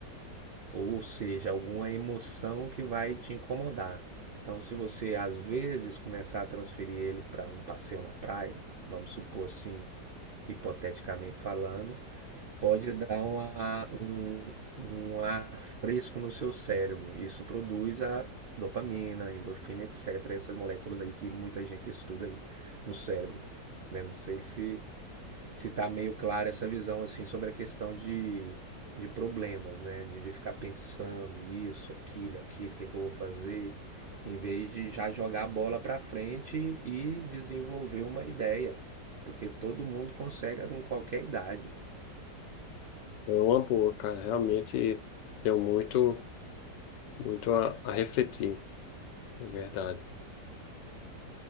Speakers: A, on the right; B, on the left.
A: Ou seja, alguma emoção que vai te incomodar. Então, se você às vezes começar a transferir ele para um passeio na praia, vamos supor assim, hipoteticamente falando, pode dar uma- um, um ar fresco no seu cérebro. Isso produz a dopamina, endorfina, etc. Essas moléculas aí que muita gente estuda aí no cérebro. né? Não sei se se está meio clara essa visão assim sobre a questão de, de problemas, né? De, de ficar pensando isso, aquilo, aquilo, o que é que eu vou fazer, em vez de já jogar a bola para frente e desenvolver uma ideia, porque todo mundo consegue com qualquer idade.
B: é uma boa, cara, realmente deu muito, muito a, a refletir, é verdade.